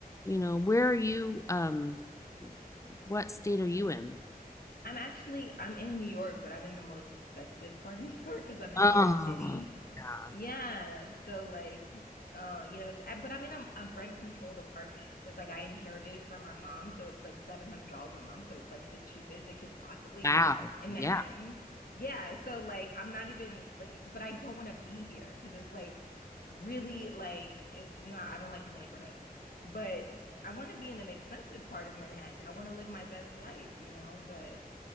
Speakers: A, on the left; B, on the left.
A: You know, where are you? Um, what state are you in?
B: I'm actually I'm in New York, but I'm in the most expensive part of <laughs> New York because I'm in
A: Oh,
B: New York City.
A: yeah.
B: Yeah, so like, uh, you know, it's uh, but I'm in a, a rent-controlled apartment because like I inherited it from my mom, so it's like $700 a month, so it's like the cheapest it could possibly
A: Wow.
B: be in
A: Yeah.
B: Manhattan. Yeah, so like I'm not even like, but I don't want to be here because it's like really like it's not. I don't like the neighborhood, but I want to be in an expensive part of Manhattan. I want to live my best life, you know, but